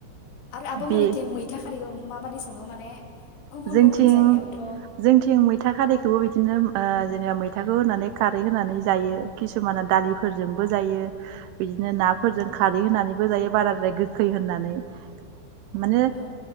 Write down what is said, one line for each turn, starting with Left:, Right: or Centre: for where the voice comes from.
Left: आरो आब'
Right: बे
Left: मोननिथिं मैथा खारि माबादि सङो माने गुबुन
Right: जोंथिं,
Left: गुबुन जायगायावथ'
Right: जोंथिं मैथा खारैखौबो बिदिनो ओ जेनेबा मैथाखौ होनानै खारै होनानै जायो। किसुमाना दालिफोरजोंबो जायो बिदिनो नाफोरजों खारै होनानैबो जायो। बाराद्राय गोखै होनानै माने
Left: ओ